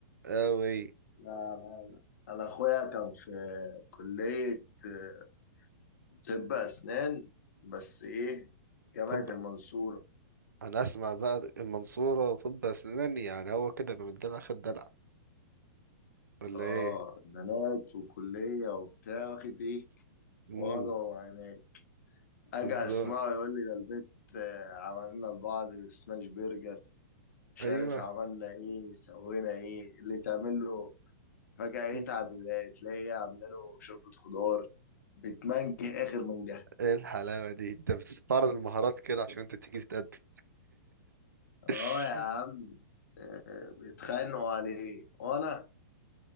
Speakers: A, on the right (about 80°); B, on the left (about 60°).
A: قوي
B: لا لا لا انا اخويا كان في كلية آه، طب اسنان بس ايه جامعة
A: طب
B: المنصورة
A: انا اسمع بقى المنصورة طب اسنان يعني هو كده يبقى من الدلع خد دلع ولا
B: اه
A: ايه
B: بنات وكلية وبتاع واخد ايه
A: امم
B: وضع وعناد اجي
A: بالظبط
B: اسمعه يقول لي ده البيت آه، عملنا لبعض سماش برجر مش
A: ايوه
B: عارف عملنا ايه سوينا ايه اللي تعمل له فجأة يتعب
A: مم.
B: تلاقيه عامله شوربة خضار بتمنج اخر من
A: ايه الحلاوة دي انت بتستعرض المهارات كده عشان انت تيجي تتقدم
B: اه
A: <laughs>
B: يا عم آه، بيتخانقوا عليه وانا